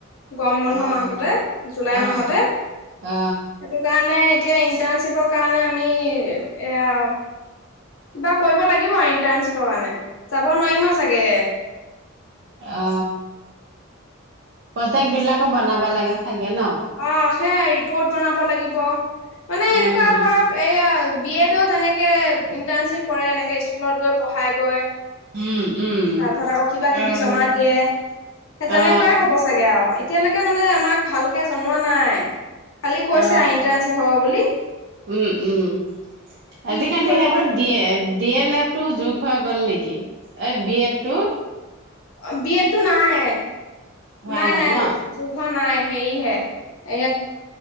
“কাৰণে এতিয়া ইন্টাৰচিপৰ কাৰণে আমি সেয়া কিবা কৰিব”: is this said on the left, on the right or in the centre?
Left